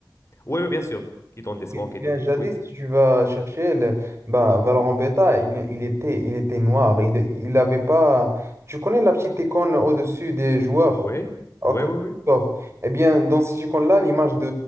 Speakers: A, on the left (about 40°); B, on the right (about 35°).
A: Oui, oui, bien sûr. Qui donne des smokes
B: Bien,
A: et
B: bien,
A: tout.
B: jadis,
A: Oui.
B: si tu vas chercher le, bah, Valorant Beta, eh bien, il était, il était noir. Il, il avait pas. Tu connais la petite icône au-dessus des joueurs,
A: Oui.
B: à
A: Oui,
B: côté
A: oui, oui.
B: du corps. Eh bien, dans cette icône-là, l'image de